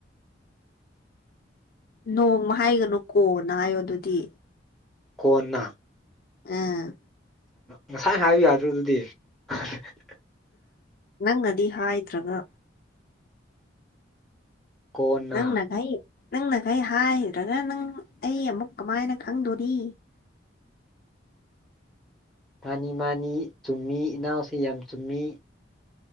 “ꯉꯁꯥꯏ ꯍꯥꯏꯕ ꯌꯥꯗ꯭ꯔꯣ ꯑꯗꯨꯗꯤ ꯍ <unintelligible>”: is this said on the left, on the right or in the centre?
Centre